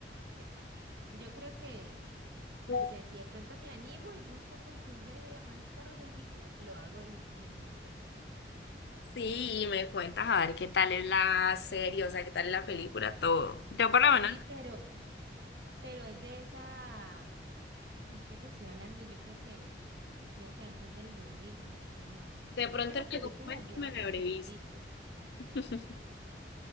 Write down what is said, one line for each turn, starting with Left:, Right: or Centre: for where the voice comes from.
Right: te cuento. Yo creo que, no
Left: tú
Right: sé, si de pronto me animo y busco con quién verme la más tardecito, lo hago y, y mañana te escribo.
Left: sí, y me cuentas a ver qué tal es la serie, o sea, qué tal es la película, todo. Yo por lo menos,
Right: Sí, pero Pero es de esa... Ay, pues que te estoy hablando, yo creo que... Creo que antes del 2000 si no estoy mal.
Left: de pronto
Right: Que la
Left: en
Right: película
Left: algún momento
Right: lleva
Left: me la
Right: su
Left: habré
Right: tiempito.
Left: visto. <laughs>